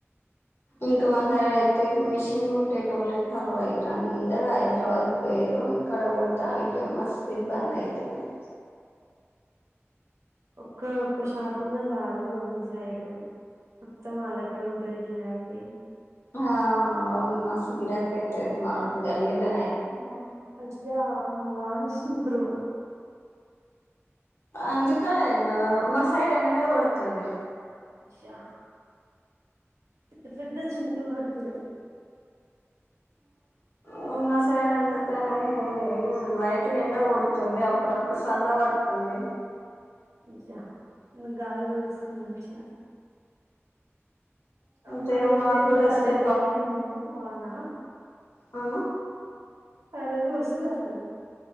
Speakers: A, on the left; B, on the right.
A: ఇంకా మా సైడు అయితే మిషిన్ కుట్టేటోళ్ళ కరువయ్యారు అందరు హైదరాబాద్కి పోయారు. ఇక్కడ కుడదానికె
B: అయ్
A: మస్ ఇబ్బంద యితే టిన్నే
B: ఒక్క ఒక్క షాపు ఉన్న చాలు మీ సైడ్ మొత్తం వాళ్ళకే ఉంటది గిరాకి.
A: ఆ అవును మస్తు గిరాకి అయితే మ గల్లీలా,
B: అహ మంచిగా వానసుత్తసు బ్రో
A: అందుకానేనేను మా సైడ్ ఎండకొడతుంది,
B: అయ్యా పెద్ద పెద్ద చినుకులు పడుతున్నాయి,
A: ఆ మా సైడు అంత, కాని లైట్ గ ఎండ కొడుతుంది అప్పుడప్పుడు సల్ల పడుతుంది,
B: అయ్యో గాలి కూడా వస్తుంది మంచిగా, అమ్మ
A: జర
B: ఏందిది
A: మాకు కూడా
B: సడన్
A: వస్తే
B: వచ్చింది వాన,
A: ఆ
B: సడన్ గా వస్తది అసలు,